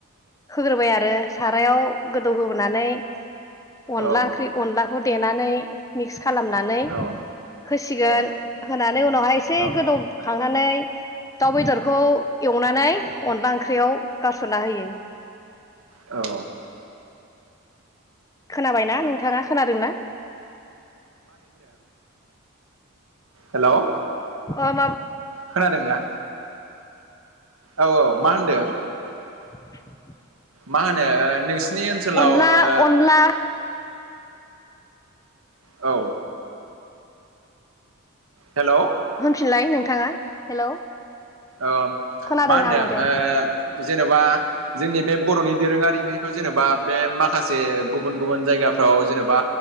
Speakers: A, on the left; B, on the right.
A: होग्रोबाय आरो सारायाव गोदौ होबोनानै अनला
B: औ
A: ओंख्रि अनलाखौ देनानै मिक्स खालामनानै
B: औ
A: होसिगोन
B: औ
A: होनानै उनावहाय एसे
B: औ
A: गोदौ खांनानै दाउ बेदरखौ एवनानै अनला ओंख्रियाव गारस ना होयो ।
B: औ
A: खोनाबायना नोंथाङा खोनादोंना?
B: हेल'
A: ओ माम
B: खोनादोंना? औ औ मा होनदों?
A: <inaudible>
B: मा होनो नोंसिनि ओनसोलाव
A: अनला
B: ओ
A: अनला
B: औ हेलौ
A: <unintelligible> लाय नोंथाङा हेलौ
B: ओम
A: खोनादों
B: मा होनदों
A: आङो दे
B: ओ जेन'बा जोंनि बे बर'नि दोरोङारि ओंख्रिखौ जेनेब बा बे माखासे गुबुन गुबुन जायगाफ्राव जेनेबा